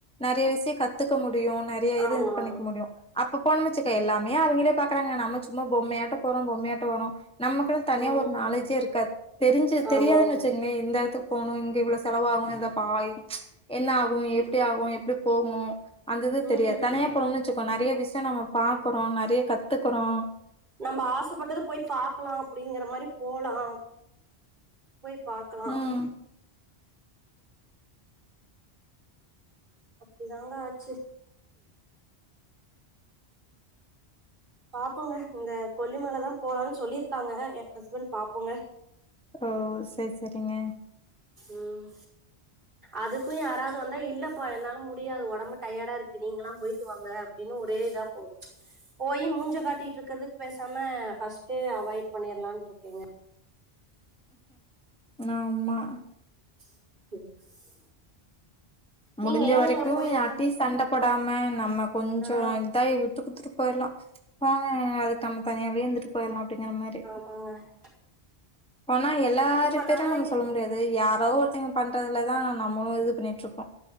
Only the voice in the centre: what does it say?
நெறைய விஷயம் கத்துக்க முடியு நெறைய இது
இது பண்ணிக்க முடியு அப்ப போனோம் வச்சிக்கோ எல்லாமே அவுங்களே பாக்குறாங்க நம்ம சும்மா பொம்மையாட்டோ போறோ பொம்மையாட்டோ வாரோ நமக்கு தனியா
ஒரு நாலெட்ஜே இருக்காது தெரிஞ்சு தெரியாதுன்
வச்சுங்ளே இந்த இடத்துக் போனோ இங்க இவ்ளோ செலவாகு இந்த பாய் என்னாகு எப்டி ஆகும் எப்டி போகணு அந்த இது
தெரியாது தனியா போறோ வச்சுக்கோ நெறைய விஷயம் நம்ம பாக்குறோ நெறைய கத்துக்குறோ
ம்
ஓ சேர் சேரிங்க
ஆமா
முடிஞ்ச
வரைக்கும்
யார்ட்டியு சண்டபோடாம நம்ம கொஞ்சோ
இதாய் விட்டு குடுத்துட்டு போய்றலாம் போங்கங்க அதுக்கு நம்ம தனியாவே இருந்துட்டு போய்டலாம் அப்டிங்கிற மாரி
ஆனா எல்லாரு
பேரும் நம்ம
சொல்ல முடியாது யாரோ ஒருத்தங்க பண்றதுல தான் நம்மளும் இது பண்ணிட்டு இருக்கோம்